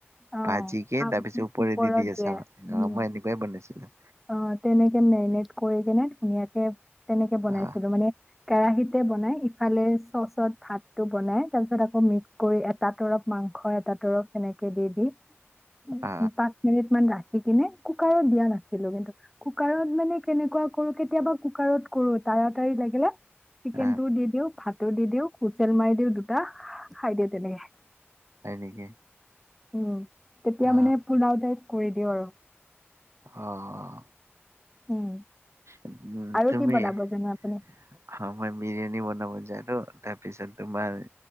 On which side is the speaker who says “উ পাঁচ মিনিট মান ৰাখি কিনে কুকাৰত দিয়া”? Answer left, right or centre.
Centre